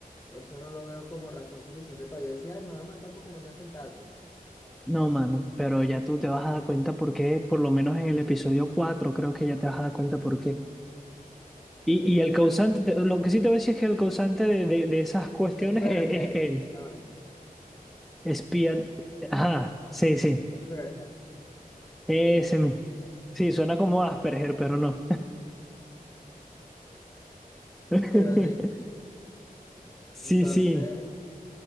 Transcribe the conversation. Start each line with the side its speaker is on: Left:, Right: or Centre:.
Left: eso no lo veo como razón suficiente para yo decir, ay, me van a matar porque no me hacen caso.
Centre: No, mano, pero ya tú te vas a dar cuenta por qué, por lo menos en el episodio 4 creo que ya te vas a dar cuenta por qué. Y, y el causante, te- lo que sí te voy a decir es que el causante de, de, de esas cuestiones
Left: Spearhead,
Centre: es, es él,
Left: ¿saben?
Centre: espía. Ajá, sí, sí,
Left: Spearhead,
Centre: ese,
Left: sí.
Centre: mi- sí, suena como Asperger, pero no. <laughs>
Left: Pero sí.
Centre: Sí,
Left: Entonces,
Centre: sí.